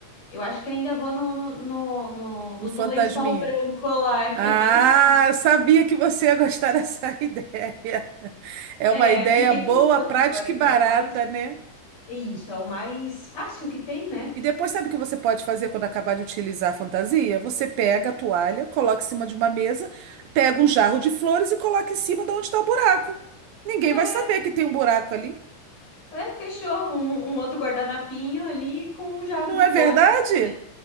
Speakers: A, on the left; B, on the right.
A: Eu acho que ainda vou no, no, no, no, no
B: Um fantasminha?
A: do lençol branco lá, que
B: Ah,
A: é mais fácil.
B: eu sabia que você ia gostar dessa <laughs> ideia. É
A: É,
B: uma ideia
A: fiquei
B: boa,
A: pensando
B: prática
A: agora que
B: e barata,
A: é o mais.
B: né?
A: é Isso, é o mais fácil que tem, né?
B: E depois, sabe o que você pode fazer quando acabar de utilizar a fantasia? Você pega a toalha, coloca em cima de uma mesa, pega um jarro de flores e coloca em cima de onde está o buraco. Ninguém
A: É,
B: vai saber que tem um buraco ali.
A: é, fechou. Um, um outro guardanapinho ali com um jarro
B: Não
A: de flor.
B: é verdade?
A: <laughs>